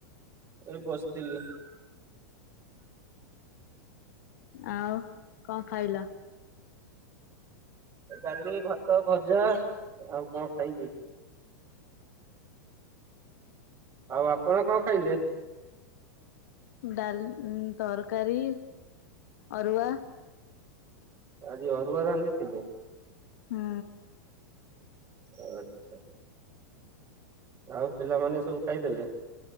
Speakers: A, on the right; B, on the left.
A: ଏଇ ବସିଥିଲି।
B: ଆଉ କଣ ଖାଇଲ।
A: ଡାଲି ଭାତ ଭଜା ଆଉ କଣ ଖାଇବି ଆଉ ଆପଣ କଣ ଖାଇଲେ।
B: ଡାଲ ତରକାରୀ ଅରୁଆ।
A: ଆଜି ଅରୁଆ ରାନ୍ଧିଥିଲେ।
B: ହୁଁ।
A: ଆଚ୍ଛା। ଆଉ ପିଲାମାନେ ସବୁ ଖାଇଦେଲେ।